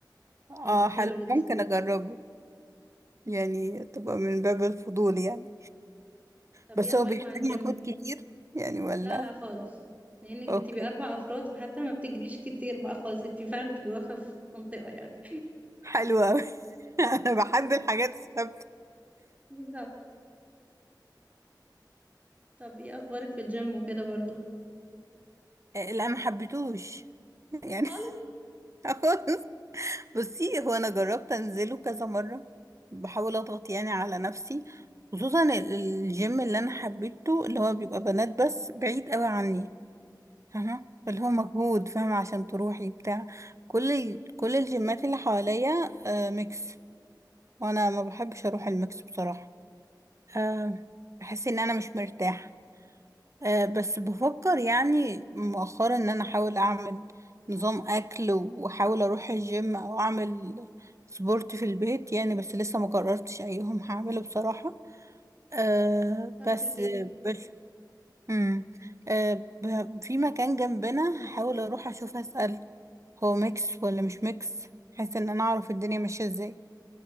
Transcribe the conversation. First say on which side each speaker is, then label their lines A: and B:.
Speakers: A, on the right; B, on the right.
A: هيبقوا
B: اه
A: حلوة
B: حلو
A: جدا
B: ممكن اجربه يعني تبقى من باب الفضول يعني
A: طب
B: بس
A: ايه اخبارك
B: هو بيحتاج
A: مع الجيم
B: مجهود كتير يعني ولا
A: لا لا خالص لانك
B: اوكي
A: بتبقي اربع افراد فحتى ما بتجريش كتير بقى خالص انت فعلا بتبقي واقفة في منطقة يعني
B: حلو قوي <laughs> انا بحب الحاجات الثابتة
A: <laughs> بالظبط طب ايه اخبارك في الجيم وكده برضو
B: آه، لا ما حبيتوش يعني
A: خالص
B: <laughs> <laughs> خالص بصي هو انا جربت انزله كذا مره بحاول اضغط يعني على نفسي خصوصا ال- الجيم اللي انا حبيته اللي هو بيبقى بنات بس بعيد قوي عني فاهمه فاللي هو مجهود فاهمه عشان تروحي بتاع كل ال- كل الجيمات اللي حواليا آه ميكس وانا ما بحبش اروح الميكس بصراحه آه بحس ان انا مش مرتاحه آه، بس بفكر يعني مؤخرا ان انا احاول اعمل نظام اكل واحاول اروح الجيم او اعمل سبورت في البيت يعني بس لسه ما قررتش ايهم هعمله بصراحة أه
A: صح
B: بس
A: في البيت
B: بس مم. أه ب- في مكان جنبنا هحاول اروح اشوف اسأل هو ميكس ولا مش ميكس بحيث ان انا اعرف الدنيا ماشية ازاي